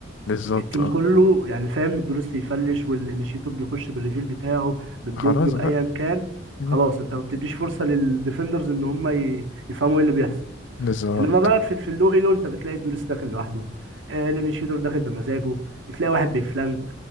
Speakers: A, on the left; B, on the right.
A: بالظبط
B: التيم
A: اه
B: كله يعني فاهم الدولست يفلش والانيشيتور بيخش بالريفيل بتاعه بالدوج
A: خلاص
B: بايا
A: بقى
B: كان
A: مم.
B: خلاص انت ما بتديش فرصه للديفندرز ان هم ي- يفهموا ايه اللي بيحصل
A: بالظبط
B: انما بقى في في اللو ايلو انت بتلاقي الدوريس داخل لوحده آه الانيشيتور داخل بمزاجه بتلاقي واحد بيفلانك